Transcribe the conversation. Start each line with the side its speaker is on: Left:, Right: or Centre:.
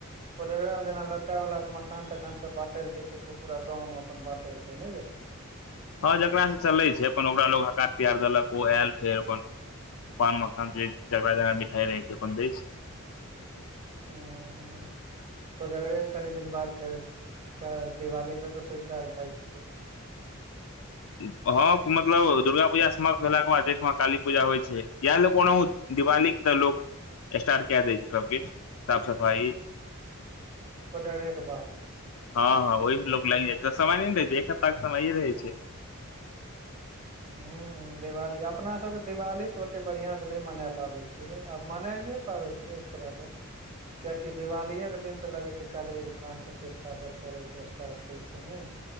Right: कोजगरा मे जेना लड़का वाला के मखान तखान सब बाँटै लए दै छै त ओ पूरा गाँव मे अपन बाँटै छै न रे
Left: हँ जेकरा से चलै छै अपन ओकरा लो हकार पियार देलक ओ आयल फेर अपन पान मखान जे जकरा जकरा बिठाई रहे छै अपन द छै
Right: ह कोजगरे के कनि दिन बाद फेर दिवाली सब के सुर सार भए जाए छै
Left: हँ मतलब दुर्गा पूजा समाप्त भेला के बाद देश मे काली पूजा होय छै इएह ल कोनो उ दिवालीक त लोक स्टार्ट कए दै छै सबकिछु साफ सफाई
Right: कोजगरे के बाद
Left: हँ हँंह वही पर लोक लागि जाय छै त समय नै न रहै छै एक सप्ताह के समये रहै छै
Right: हूँ हूँ दिवाली अपना सबके दिवाली त ओते बढ़ियां से नहि मना पाबै छीयै ने आब मनाइए पाबै छै एक तरहसँ कियाकि दिवालीेके दिन त लगै छै काली जी के प्राण प्रतिष्ठा सब पड़ैत छै स्टार्ट होयछै ने